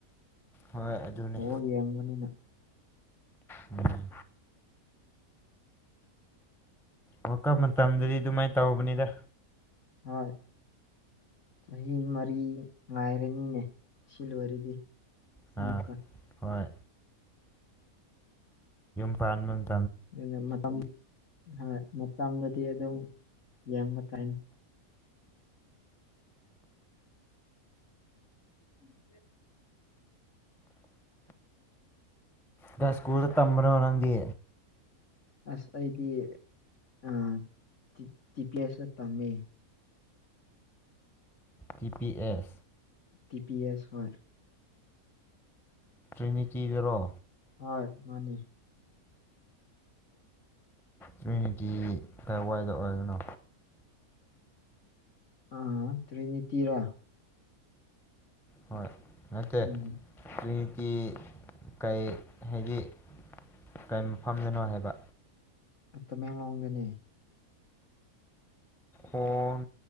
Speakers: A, in the centre; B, on the left.
A: ꯍꯣꯏ ꯑꯗꯨꯅꯦ
B: ꯑꯣ ꯌꯦꯡꯕꯅꯤꯅ
A: ꯎꯝ ꯑꯣꯀ ꯃꯇꯝꯗꯗꯤ ꯑꯗꯨꯃꯥꯏꯅ ꯇꯧꯕꯅꯤꯗ
B: ꯍꯣꯏ ꯆꯍꯤ ꯃꯔꯤ ꯉꯥꯏꯔꯅꯤꯅꯦ ꯑꯁꯤ ꯂꯣꯏꯔꯗꯤ
A: ꯑꯥ
B: ꯃꯨꯀꯥ
A: ꯍꯣꯏ ꯐꯥꯟ
B: ꯑꯗꯨ ꯃꯇꯝ ꯍꯣꯏ ꯃꯇꯝꯗꯗꯤ ꯑꯗꯨꯝ ꯌꯥꯡꯕ ꯇꯥꯏꯅꯤ <inaudible>
A: ꯀ ꯁ꯭ꯀꯨꯜ ꯗ ꯇꯝꯕꯅꯣ ꯅꯪꯗꯤ
B: ꯑꯁ ꯑꯩꯗꯤ ꯑ ꯇꯤ ꯇꯤ ꯄꯤ ꯑꯦꯁꯇ ꯇꯝꯃꯦ
A: T P S
B: T P S ꯍꯣꯏ
A: ꯇ꯭ꯔꯤꯅꯤꯇꯤꯗꯔꯣ
B: ꯍꯣꯏ ꯃꯥꯅꯤ
A: ꯀꯃ꯭ꯌꯨꯅꯤꯇꯤ ꯀꯥꯏꯋꯥꯏꯗ ꯑꯣꯏꯒꯅꯣ
B: ꯑ ꯇ꯭ꯔꯤꯅꯤꯇꯤꯔꯥ
A: ꯍꯣꯏ ꯅꯠꯇꯦ
B: ꯎꯝ
A: ꯇ꯭ꯔꯤ ꯇꯤ ꯀꯩ ꯍꯥꯏꯗꯤ ꯀꯩ ꯃꯐꯝꯗꯅꯣ ꯍꯥꯏꯕ
B: ꯇꯃꯦꯡꯂꯣꯡꯗꯅꯦ
A: ꯑꯣ